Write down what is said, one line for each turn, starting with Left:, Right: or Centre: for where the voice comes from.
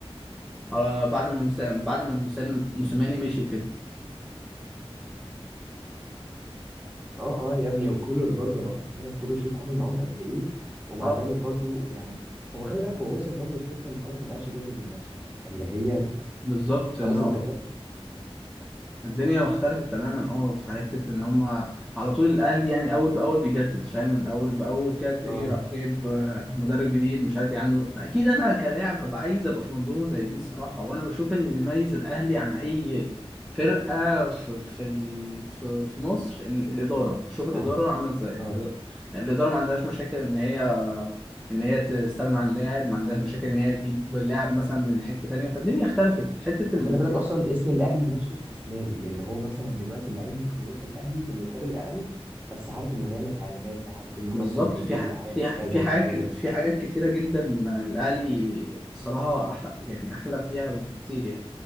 Centre: آه بعد ما موس- بعد ما موسى- موسيماني مشي وكده
Right: اه اه يا ابني وكولر برضه لو خدت بالك كولر شوف عمل معاهم قد ايه ومع
Centre: اه
Right: ذلك برضه يعني هو خلي بالك هو وصل برضه لحته ان خلاص ما بقاش يجدد من نفسه فاللي هي
Centre: بالظبط
Right: خلاص
Centre: ان هو
Right: انت كده
Centre: الدنيا اختلفت تماما اه في حته ان هم على طول الاهلي يعني اول باول بيجدد فاهم الاول باول كده تلاقيه
Right: اه
Centre: راح جايب آه، مدرب جديد مش عارف ايه عنده فاكيد انا كلاعب هبقى عايز ابقى في منظومه زي دي الصراحه وانا بشوف ان بيميز الاهلي عن اي فرقه في في ال- في في مصر ان الاداره شوف الاداره
Right: اه
Centre: عامله ازاي
Right: اه
Centre: الاداره الإدارة ما عندهاش مشاكل ان هي ان هي تستغنى عن لاعب ما عندهاش مشاكل ان هي تجيب لاعب مثلا من حته تانيه فالدنيا اختلفت في حته
Right: وخلي
Centre: الامتياز
Right: بالك اصلا اسم الاهلي نفسه استثماري اللي هو مثلا دلوقتي اللعيب ممكن يروح الاهلي بمقابل اقل بس عارف انه هيعمل اعلانات عارف انه
Centre: بالظبط
Right: مثلا هيجيله
Centre: في ح...
Right: دعايه
Centre: في
Right: من
Centre: ح...
Right: كذا
Centre: في
Right: من
Centre: حاجات
Right: كذا
Centre: في حاجات كتيرة جدا الأهلي صراحة أحلى يعني أحلى فيها بكتير يعني